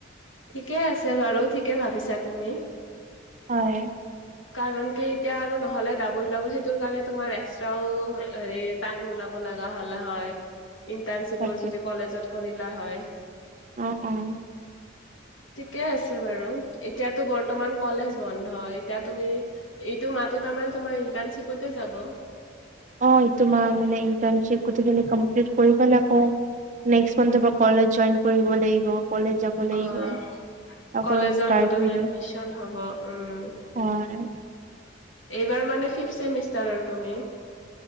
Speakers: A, on the left; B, on the right.
A: ঠিকে আছে বাৰু ঠিকে ভাবিছা তুমি।
B: হয়।
A: কাৰণ কি এতিয়া আৰু নহলে ডাবুল ডাবুল সেইটোৰ কাৰণে তোমাৰ এক্সট্ৰাও হেৰি টাইম ওলাব লাগা হলে হয় ইণ্টাৰ্ণশ্চিপো
B: তাকে
A: যদি কলেজত কৰিলা হয়।
B: অ', অ'।
A: ঠিকে আছে বাৰু এতিয়াতো বৰ্তমান কলেজ বন্ধই। এতিয়া তুমি এইটো মাহতো তাৰমানে তোমাৰ ইণ্টাৰ্ণশ্বিপতে যাব।
B: অ', তোমাৰ মানে ইণ্টাৰ্ণশ্বিপ গোটেইখিনি কম্পিলিট কৰিবল আকৌ নেক্স
A: উম,
B: মান্থৰ পৰা কলেজ জইন কৰিব লাগিব কলেজ যাব লাগিব।
A: অ'
B: আকৌ
A: কলেজৰ
B: ষ্টাৰ্ট
A: নতুন
B: হৈ
A: এডমিশ্চন
B: যাব
A: হব উম।
B: হয়
A: এইবাৰ মানে ফিফ্থ চেমিষ্টাৰৰ তুমি?